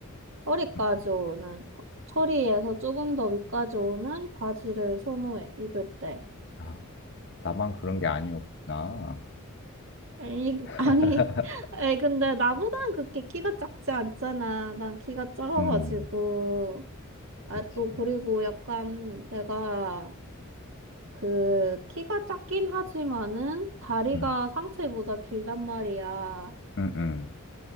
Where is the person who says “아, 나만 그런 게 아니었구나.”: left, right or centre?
Left